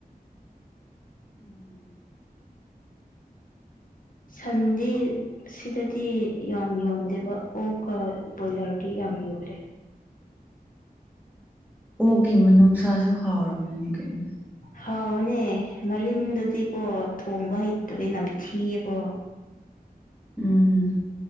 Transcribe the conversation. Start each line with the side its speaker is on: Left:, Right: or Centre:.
Centre: <inaudible>
Left: ꯁꯟꯗꯤ ꯁꯤꯗꯗꯤ ꯌꯥꯝ ꯌꯣꯟꯗꯦꯕ ꯑꯣꯛꯀ ꯕꯣꯏꯂꯔꯗꯤ ꯌꯥꯝ ꯌꯥꯝ ꯌꯦꯜꯂꯦ
Centre: ꯑꯣꯛꯒꯤ ꯃꯅꯨꯡꯁꯥꯁꯨ ꯍꯥꯎꯔꯝꯃꯅꯤ ꯀꯩꯅꯣ
Left: ꯍꯥꯎꯕꯅꯦ ꯃꯔꯤꯟꯗꯨꯗꯤꯀꯣ ꯊꯣꯡꯕ ꯍꯩꯇꯗꯤ ꯅꯝꯊꯤꯌꯦꯀꯣ
Centre: ꯎꯝ